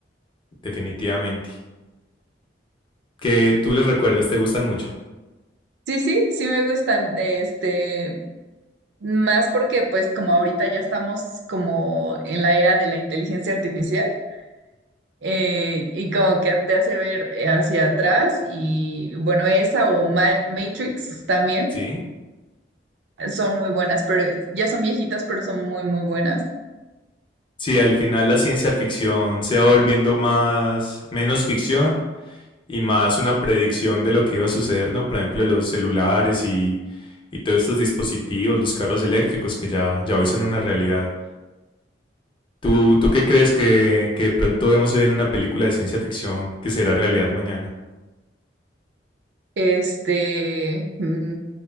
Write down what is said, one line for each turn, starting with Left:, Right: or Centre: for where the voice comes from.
Left: definitivamente. Que tú les recuerdas, te gustan mucho,
Right: Sí, sí, sí me gustan, de este, más porque pues como ahorita ya estamos como en la era de la inteligencia artificial eh, y como que te hace ver eh, hacia atrás y bueno, esa o Ma- Matrix también
Left: ¿sí?
Right: eh, son muy buenas, pero es- ya son viejitas, pero son muy, muy buenas.
Left: Sí. al final la ciencia ficción se va volviendo más, menos ficción y más una predicción de lo que iba a suceder, ¿no? Por ejemplo, los celulares y, y todos estos dispositivos, los carros eléctricos que ya, ya hoy son una realidad. ¿Tú, tú qué crees que, que de pronto vemos hoy en una película de ciencia ficción que será realidad mañana?
Right: Este, mm,